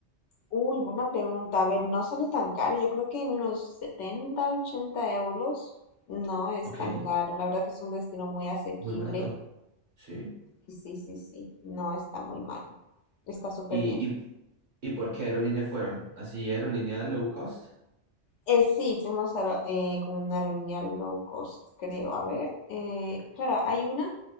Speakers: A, on the left; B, on the right.
A: Uy, buena pregunta. A ver, no salió tan caro. Yo creo que en unos 70 80 euros no es
B: Ok,
A: tan caro. La verdad que es un destino muy asequible
B: muy barato. Sí.
A: Sí, sí, sí, sí. no está muy mal, está súper
B: ¿Y,
A: bien.
B: y, y por qué aerolínea fueron? ¿Así aerolínea low cost?
A: Eh, sí, fuimos a, eh, con una aerolínea low cost, creo. A ver, eh, claro, hay una